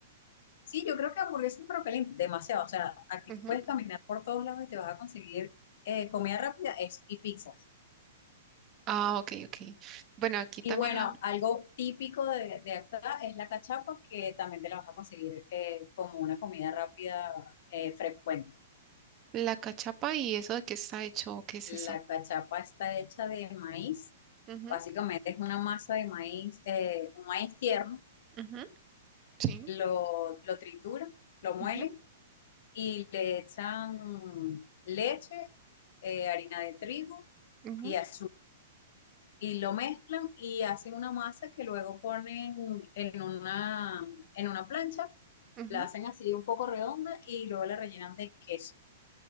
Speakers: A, on the left; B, on the right.
A: sí, yo creo que hamburguesas y perro calientes, demasiado. O sea, aquí
B: Ujú.
A: tú puedes caminar por todos lados y te vas a conseguir eh, comida rápida es, y pizzas.
B: Ah, ok, ok. Bueno, aquí también
A: Y bueno,
B: la,
A: algo típico de, de acá es la cachapa, que también te la vas a conseguir eh, como una comida rápida eh, frecuente.
B: la cachapa y eso de qué está hecho, qué es
A: La
B: eso.
A: cachapa está hecha de maíz.
B: Ujú,
A: Básicamente es una masa de maíz, eh, un maíz tierno.
B: ujú, sí.
A: Lo, lo tritura, lo muelen
B: ujú,
A: y le echan leche, eh, harina de trigo
B: ujú,
A: y azúcar. Y lo mezclan y hacen una masa que luego ponen en una, en una plancha,
B: ujú.
A: la hacen así un poco redonda y luego la rellenan de queso.